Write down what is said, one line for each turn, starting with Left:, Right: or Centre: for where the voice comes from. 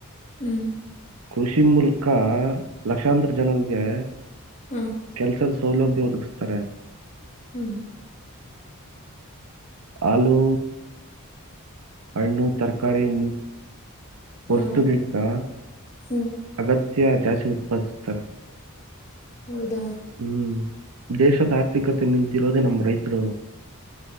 Left: ಹ್ಮ್
Right: ಕೃಷಿ ಮೂಲಕ ಲಕ್ಷಾಂತರ ಜನರಿಗೆ
Left: ಹ್ಮ್
Right: ಕೆಲ್ಸದ ಸೌಲಭ್ಯ ಒದಗಿಸತದೆ ಒದಗಿಸ್ತಾರೆ
Left: ಹ್ಮ್
Right: ಹಾಲು ಹಣ್ಣು ತರಕಾರಿ ಮುಂತಾದವು
Left: ಹ್ಮ್
Right: ವಸ್ತುಗಳ
Left: ಹ್ಮ್
Right: ಅಗತ್ಯ ಜಾಸ್ತಿ ಉತ್ಪಾದಿಸ ತ್ತರ <unintelligible>
Left: ಹೌದಾ
Right: ಹ್ಮ್ ದೇಶದ ಆರ್ಥಿಕತೆ ನಿಂತಿರೋದೆೇ ನಮ್ಮ್ ರೈತ